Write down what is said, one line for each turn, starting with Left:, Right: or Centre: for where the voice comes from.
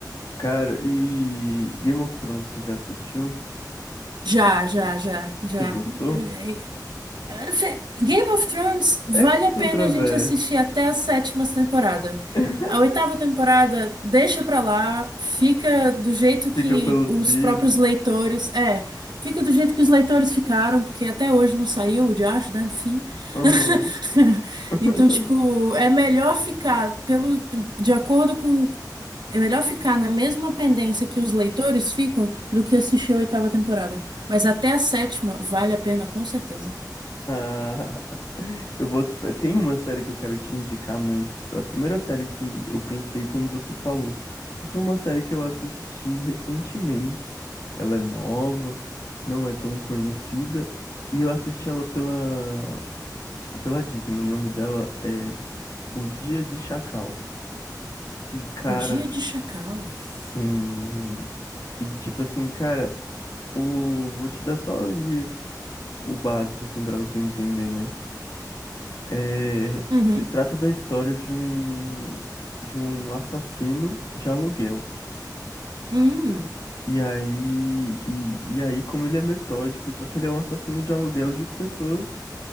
Left: Cara, e Game of Thrones, você já assistiu?
Right: Já, já, já, já.
Left: Você gostou?
Right: É, é, É, Fe- Game of Thrones vale
Left: É
Right: a pena
Left: controverso.
Right: a gente assistir até a sétima temporada.
Left: <laughs>
Right: A oitava temporada deixa pra lá, fica do jeito que
Left: Fica pelos
Right: os
Left: livros.
Right: próprios leitores. É, fica do jeito que os leitores ficaram, porque até hoje não saiu o diacho, né, do fim.
Left: Uhum.
Right: <laughs>
Left: <laughs>
Right: Então, tipo, é melhor ficar pelo, de acordo com. É melhor ficar na mesma pendência que os leitores ficam do que assistir a oitava temporada. Mas até a sétima vale a pena, com certeza.
Left: Ah, <laughs> eu boto fé. Tem uma série que eu quero te indicar muito, que foi a primeira série que eu pensei quando você falou, que foi uma série que eu assisti recentemente. Ela é nova, não é tão conhecida, e eu assisti ela pela pela Disney. O nome dela é O Dia de Chacal. E cara,
Right: Dia de chacal.
Left: sim. E tipo assim, cara, o vou te dar só de- o básico assim para você entender, né? É,
Right: Uhum.
Left: se trata da história de um de um assassino de aluguel.
Right: Hum,
Left: E aí, e, e aí, como ele é metódico, só que ele é um assassino de aluguel de pessoas,